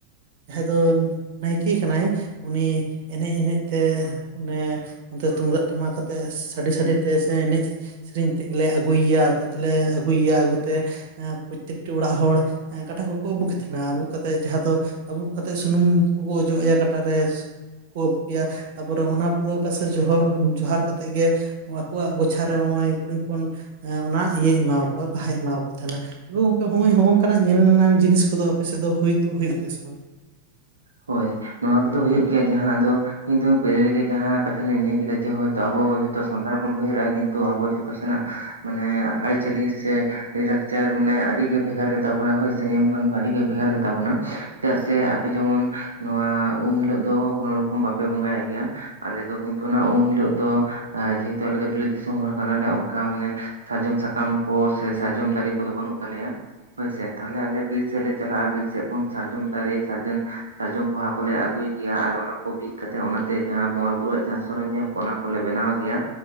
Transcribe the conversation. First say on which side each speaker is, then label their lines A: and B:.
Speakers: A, on the right; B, on the right.
A: ᱡᱟᱦᱟᱸᱭ ᱫᱚ ᱱᱟᱭᱠᱮ ᱠᱟᱱᱟᱭ ᱩᱱᱤ ᱮᱱᱮᱡ ᱮᱱᱮᱡ ᱛᱮ ᱚᱱᱮ ᱚᱱᱛᱮ ᱛᱩᱢᱫᱟᱜ ᱴᱟᱢᱟᱠ ᱟᱛᱮᱫ ᱥᱟᱰᱮ ᱥᱟᱰᱮ ᱛᱮ ᱥᱮ ᱮᱱᱮᱡ ᱥᱮᱨᱮᱧ ᱛᱮᱜᱮᱞᱮ ᱟᱹᱜᱩᱭᱮᱭᱟ ᱟᱹᱛᱩ ᱛᱮᱞᱮ ᱟᱹᱜᱩᱭᱮᱭᱟ ᱟᱹᱜᱩᱛᱮ ᱯᱨᱚᱛᱛᱮᱠᱴᱤ ᱚᱲᱟᱜ ᱦᱚᱲ ᱠᱟᱴᱟ ᱠᱚᱠᱚ ᱟᱹᱵᱩᱠ ᱮ ᱛᱟᱦᱮᱱᱟ ᱟᱵᱩᱜ ᱠᱟᱛᱮᱜ ᱡᱟᱦᱟᱸ ᱫᱚ ᱟᱹᱵᱩᱜ ᱠᱟᱛᱮᱫ ᱥᱩᱱᱩᱢ ᱠᱚᱠᱚ ᱚᱡᱚᱜ ᱮᱭᱟ ᱠᱟᱴᱟ ᱨᱮ᱾ ᱠᱚ ᱟᱹᱜᱩ ᱮᱭᱟ᱾ ᱛᱟᱯᱚᱨᱮ ᱚᱱᱟ ᱯᱩᱨᱟᱹᱣ ᱠᱟᱱ ᱥᱮ ᱡᱚᱦᱚᱨ ᱡᱚᱦᱟᱨ ᱠᱟᱛᱮᱫ ᱜᱮ ᱟᱠᱚᱣᱟᱜ ᱜᱚᱪᱷᱟ ᱨᱮ ᱱᱚᱜᱼᱚᱭ ᱠᱩᱲᱤ ᱦᱚᱯᱚᱱ ᱚᱱᱟ ᱤᱭᱟᱹ ᱮᱢᱟᱣ ᱠᱚᱣᱟ ᱵᱟᱦᱟᱭ ᱮᱢᱟ ᱠᱚ ᱛᱟᱦᱮᱱᱟ᱾ ᱦᱚᱸᱜᱼᱚᱭ ᱦᱚᱸᱝ ᱠᱟᱱᱟᱜ ᱧᱮᱞᱼᱮᱱ ᱡᱤᱱᱤᱥ ᱠᱚᱫᱚ ᱟᱯᱮ ᱥᱮᱫ ᱫᱚ ᱦᱩᱭᱛᱳ ᱦᱩᱭᱩᱜ ᱜᱮᱭᱟ, ᱥᱮ ᱵᱟᱝ᱾
B: ᱦᱳᱭ ᱱᱚᱣᱟ ᱠᱚᱫᱚ ᱦᱩᱭᱩᱜ ᱜᱮᱭᱟ᱾ ᱡᱟᱦᱟᱸᱫᱚ ᱠᱤᱱᱛᱩ ᱯᱳᱭᱞᱳ ᱨᱮᱜᱮ ᱡᱟᱦᱟᱸ ᱠᱟᱛᱷᱟ ᱞᱤᱧ ᱞᱟᱹᱭ ᱠᱮᱫᱟ, ᱡᱮ ᱦᱳᱭᱛᱚ ᱟᱵᱚ ᱡᱷᱚᱛᱚ ᱥᱟᱱᱛᱟᱲ ᱵᱚᱱ ᱦᱩᱭ ᱫᱟᱲᱮᱭᱟᱜᱼᱟ, ᱠᱤᱱᱛᱩ ᱟᱵᱚ ᱡᱷᱚᱛᱚ ᱥᱮᱱᱟᱜ ᱢᱟᱱᱮ ᱟᱹᱨᱤᱪᱟᱹᱞᱤ ᱥᱮ ᱞᱟᱹᱭ ᱞᱟᱠᱪᱟᱨ, ᱢᱟᱱᱮ ᱟᱹᱰᱤ ᱜᱮ ᱵᱷᱮᱜᱟᱨ ᱜᱮᱛᱟ ᱵᱚᱱᱟ, ᱦᱳᱭ ᱥᱮ ᱱᱤᱭᱚᱢ ᱠᱟᱱᱩᱱ ᱠᱚ ᱟᱹᱰᱤ ᱜᱮ ᱵᱷᱮᱜᱟᱨ ᱜᱮᱛᱟ ᱵᱚᱱᱟ᱾ ᱪᱮᱫᱟᱜ ᱥᱮ ᱟᱞᱮ ᱡᱮᱢᱚᱱ ᱱᱚᱣᱟ ᱩᱢ ᱦᱤᱞᱳᱜ ᱫᱚ ᱠᱳᱱᱳ ᱨᱚᱠᱚᱢ ᱵᱟᱯᱮ ᱵᱚᱸᱜᱟ ᱭᱮᱫ ᱜᱮᱭᱟ᱾ ᱟᱞᱮ ᱫᱚ ᱠᱤᱱᱛᱩ ᱚᱱᱟ ᱩᱢ ᱦᱤᱞᱳᱜ ᱫᱚ, ᱡᱮᱦᱮᱛᱩ ᱟᱞᱮ ᱫᱚ ᱵᱤᱞᱟᱹᱛ ᱫᱤᱥᱚᱢ ᱦᱚᱲ ᱠᱟᱱᱟᱞᱮ ᱚᱱᱠᱟ ᱢᱟᱱᱮ ᱥᱟᱨᱡᱚᱢ ᱥᱟᱠᱟᱢ ᱠᱚ ᱥᱮ ᱥᱟᱨᱡᱚᱢ ᱫᱟᱨᱮ ᱠᱚᱫᱚ ᱵᱟᱹᱱᱩᱜ ᱛᱟᱞᱮᱭᱟ᱾ ᱦᱳᱭᱥᱮ ᱛᱟᱦᱚᱞᱮ ᱟᱞᱮ ᱵᱤᱨ ᱥᱮᱫ ᱞᱮ ᱪᱟᱞᱟᱜᱼᱟ, ᱵᱤᱨ ᱥᱮᱫ ᱠᱷᱚᱱ ᱥᱟᱨᱡᱚᱢ ᱫᱟᱨᱮ ᱥᱟᱨᱡᱚᱢ, ᱥᱟᱨᱡᱚᱢ ᱯᱚᱦᱟ ᱠᱚᱞᱮ ᱟᱹᱜᱩᱭ ᱜᱮᱭᱟ ᱟᱨ ᱚᱱᱟ ᱠᱚ ᱵᱤᱫ ᱠᱟᱛᱮᱫ, ᱚᱱᱟᱛᱮ ᱡᱟᱦᱟᱸ ᱵᱚᱸᱜᱟ ᱵᱩᱨᱩᱣᱟᱜ ᱡᱟᱦᱟᱸ ᱥᱚᱨᱚᱢ ᱡᱟᱢ ᱠᱚ ᱚᱱᱟ ᱠᱚᱞᱮ ᱵᱮᱱᱟᱣ ᱜᱮᱭᱟ᱾